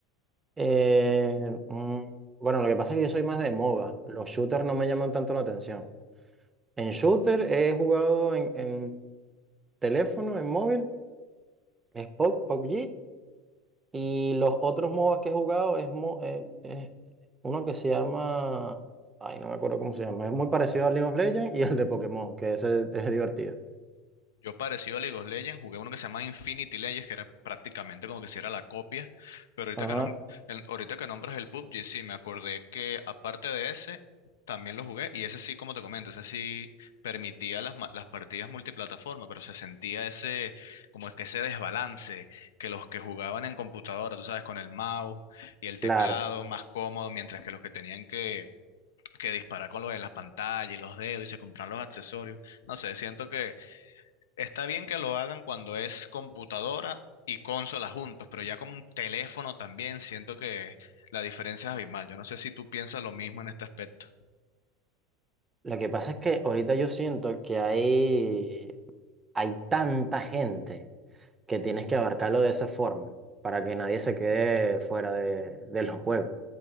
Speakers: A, on the right (about 20°); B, on the left (about 85°).
A: Eh, mm, bueno, lo que pasa es que yo soy más de MOBA. Los shooters no me llaman tanto la atención. En shooter he jugado en, en teléfono, en móvil, es PUBG, PUBG, y los otros MOBAs que he jugado es, mo- eh, es uno que se llama, ay, no me acuerdo cómo se llama, es muy parecido al League of Legends y <laughs> al de Pokémon, que ese es divertido.
B: Yo parecido a League of Legends, jugué uno que se llama Infinity Legends, que era prácticamente como que si era la copia, pero ahorita
A: Ajá,
B: que, nom- el- ahorita que nombras el PUBG, sí, me acordé que aparte de ese, también lo jugué, y ese sí, como te comento, ese sí permitía las, ma- las partidas multiplataforma, pero se sentía ese, como es que ese desbalance, que los que jugaban en computadora, tú sabes, con el mouse y el teclado
A: claro.
B: más cómodo, mientras que los que tenían que, que disparar con lo de la pantalla y los dedos y se compraban los accesorios, no sé, siento Está bien que lo hagan cuando es computadora y consola juntos, pero ya como un teléfono también siento que la diferencia es abismal. Yo no sé si tú piensas lo mismo en este aspecto.
A: Lo que pasa es que ahorita yo siento que hay, hay tanta gente que tienes que abarcarlo de esa forma para que nadie se quede fuera de, de los juegos.